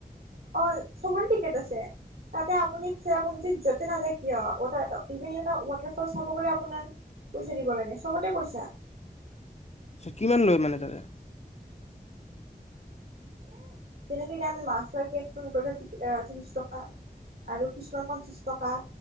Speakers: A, on the right; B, on the left.
A: অ', চবৰে টিকেট আছে। তাতে আপুনি চেৰাপঞ্জীত য'তে নাযায় কিয় ইভেন এটা ৱাটাৰফল চাব গ'লে আপোনাৰ পইচা দিব লাগে চবতে পইচা।
B: আচছা কিমান লয় মানে তাতে?
A: মানে যেনেকে এতিয়া আমি মাফলাৰ কেখন লওটে ত্ৰিশ টকা আৰু কিছুমান পঞ্চাশ টকা।